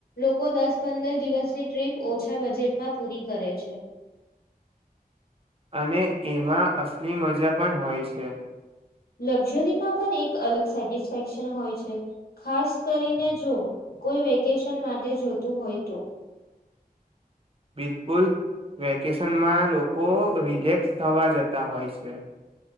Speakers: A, on the left (about 70°); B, on the right (about 35°).
A: લોકો દસ પંદર દિવસની ટ્રીપ ઓછા બજેટમાં પૂરી કરે છે.
B: અને એમાં અસલી મજા પણ હોય છે.
A: લક્ઝરીમાં પન એક અલગ સેટિસ્ફેક્શન હોય છે, ખાસ કરીને જો કોઈ વેકેશન માટે જોતું હોય તો.
B: બિલકુલ, વેકેશનમાં લોકો રિલેક્સ થવા જતા હોય છે.